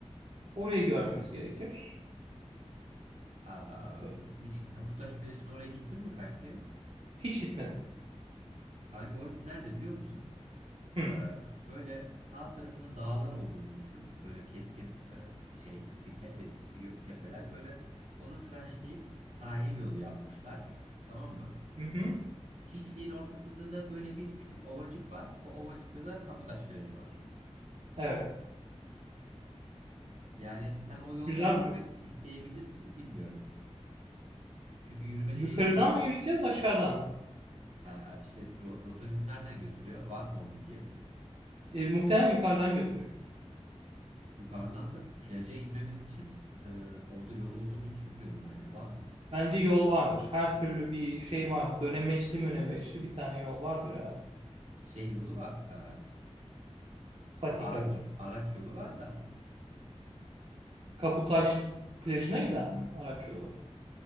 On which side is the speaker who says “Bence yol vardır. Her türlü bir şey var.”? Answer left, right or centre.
Right